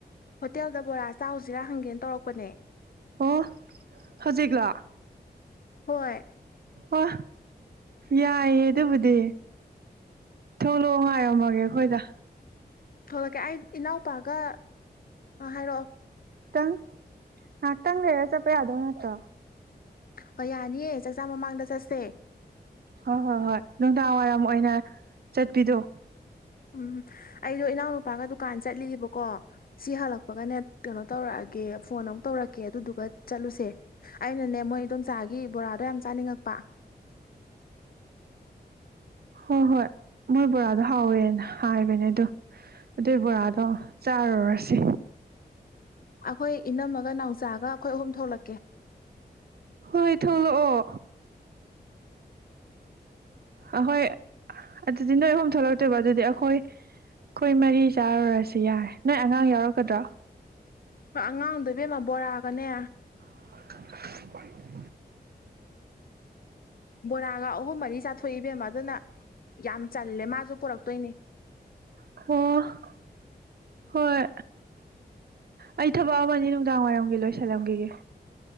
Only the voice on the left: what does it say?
ꯍꯣꯇꯦꯜꯗ ꯕꯣꯔꯥ ꯆꯥꯎꯁꯤꯔꯥ ꯍꯪꯒꯦꯅ ꯇꯧꯔꯛꯄꯅꯦ
ꯍꯣꯏ
ꯊꯣꯛꯂꯛꯀꯦ ꯑꯩ ꯏꯅꯥꯎꯄꯥꯒ ꯍꯥꯏꯔꯛꯑꯣ
ꯍꯣꯏ ꯌꯥꯅꯤꯌꯦ ꯆꯥꯛꯆꯥ ꯃꯃꯥꯡꯗ ꯆꯠꯁꯦ
ꯎꯝ ꯑꯩꯗꯣ ꯏꯅꯥꯎꯅꯨꯄꯥꯒ ꯗꯨꯀꯥꯟ ꯆꯠꯂꯤꯕꯀꯣ ꯁꯤ ꯍꯜꯂꯛꯄꯒꯅꯦ ꯀꯩꯅꯣ ꯇꯧꯔꯛꯑꯒꯦ ꯐꯣꯟ ꯑꯃꯨꯛ ꯇꯧꯔꯛꯀꯦ ꯑꯗꯨꯗꯨꯒ ꯆꯠꯂꯨꯁꯦ ꯑꯩꯅꯅꯦ ꯃꯣꯏ ꯏꯗꯣꯝꯆꯥꯒꯤ ꯕꯣꯔꯥꯗꯣ ꯌꯥꯝ ꯆꯥꯅꯤꯡꯉꯛꯄ
ꯑꯩꯈꯣꯏ ꯏꯅꯝꯃꯒ ꯅꯥꯎꯆꯥꯒ ꯑꯩꯈꯣꯏ ꯑꯍꯨꯝ ꯊꯣꯛꯂꯛꯀꯦ
ꯍꯣꯏ ꯑꯉꯥꯡꯗꯨ ꯏꯕꯦꯝꯃ ꯕꯣꯔꯥꯑꯒꯅꯦ
ꯕꯣꯔꯥꯒ ꯑꯍꯨꯝ ꯃꯔꯤ ꯆꯥꯊꯣꯛꯏꯕꯦꯝꯃ ꯑꯗꯨꯅ ꯌꯥꯝ ꯆꯜꯂꯦ ꯃꯥꯁꯨ ꯄꯨꯣꯔꯛꯇꯣꯏꯅꯦ